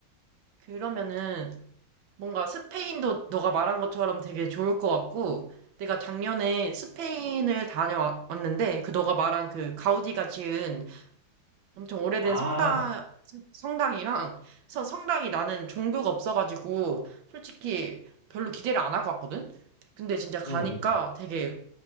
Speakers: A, on the right; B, on the left.
A: 그러면은 뭔가 스페인도 너가 말한 것처럼 되게 좋을 것 같고 내가 작년에 스페인을 다녀왔는데 그 너가 말한 그 가우디가 지은 엄청 오래된
B: 아,
A: 성당, 성- 당이랑 그래서 성당이 나는 종교가 없어가지고, 솔직히 별로 기대를 안 하고 왔거든? 근데 진짜 가니까
B: 응, 응.
A: 되게